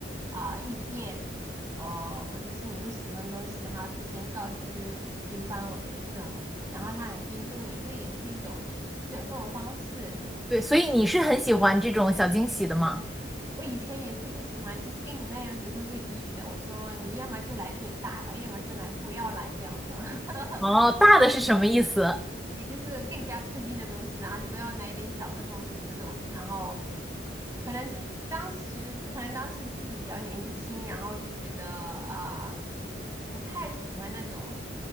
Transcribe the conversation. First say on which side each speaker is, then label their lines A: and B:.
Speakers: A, on the right; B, in the centre.
A: 啊、意见，呃，或者是你不喜欢的东西，然后提前告知对方，我觉得这种，然后他很尊重你，这也是一种一种生活方式。
B: 对，所以你是很喜欢这种小惊喜的吗？
A: 我以前也是不喜欢，就是跟你那样子规规矩矩的，我说你要么就来点大的，要么就来不要来这样子。<laughs>
B: 哦，大的是什么意思？
A: 你就是更加刺激的东西，然后你不要买一点小的东西这种，然后可能自当时可能当时自己比较年轻，然后就觉得啊、不太喜欢那种